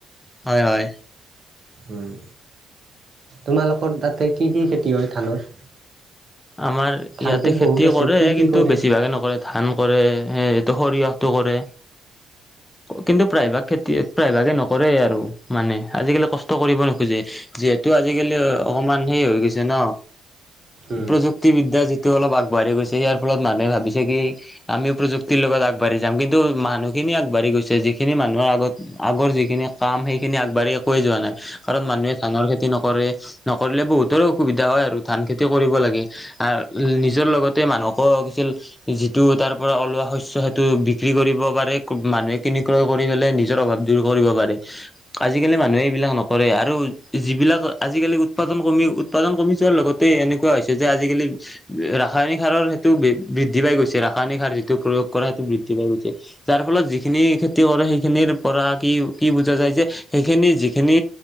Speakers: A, on the left; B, on the right.
A: হয় হয়।
B: উম, তোমালোকৰ তাতে কি কি খেতি হয় ধানৰ?
A: আমাৰ
B: ধানটো
A: ইয়াতে খেতি
B: বহুত আছে
A: কৰে
B: কি কি
A: কিন্তু
B: কৰে
A: বেছিভাগে নকৰে। ধান কৰে, সেই এইটো সৰিয়হটো কৰে কিন্তু প্ৰায়ভাগ খেতি প্ৰায়ভাগে নকৰেই আৰু মানে আজিকালি কষ্ট কৰিব নোখোজে, যিহেতু আজিকালি অকমান সেই হৈ গৈছে ন।
B: উম
A: প্ৰযুক্তিবিদ্যা যিটো অলপ আগবাঢ়ি গৈছে ইয়াৰ ফলত মানুহে ভাবিছে কি আমিও প্ৰযুক্তিৰ লগত আগবাঢ়ি যাম। কিন্তু মানুহখিনি আগবাঢ়ি গৈছে, যিখিনি মানুহৰ আগত আগৰ যিখিনি কাম সেইখিনি আগবাঢ়ি একোৱে যোৱা নাই। কাৰণ মানুহে ধানৰ খেতি নকৰে, নকৰিলে বহুতৰে অসুবিধা হয় আৰু ধান খেতি কৰিব লা উম আ নিজৰ লগতে মানুহক কি ছিল যিটো তাৰ পৰা ওলোৱা শস্য সেইটো বিক্ৰী কৰিব পাৰে, মানুহে কিনি ক্ৰয় কৰি পেলে নিজৰ অভাৱ দূৰ কৰিব পাৰে। আজিকালি মানুহে এইবিলাক নকৰে আৰু যিবিলাক আজিকালি উৎপাদন কমি উৎপাদন কমি যোৱাৰ লগত তে এনেকুৱা হৈছে যে আজিকালি ৰাসায়নিক সাৰৰ সেইটো বৃ বৃদ্ধি পাই গৈছে, ৰাসায়নিক সাৰ যিটো প্ৰয়োগ কৰা সেইটো বৃদ্ধি পাই গৈছে। যাৰ ফলত যিখিনি খেতি কৰে সেইখিনিৰ পৰা কি কি বুজা যায় যে সেইখিনি যিখিনি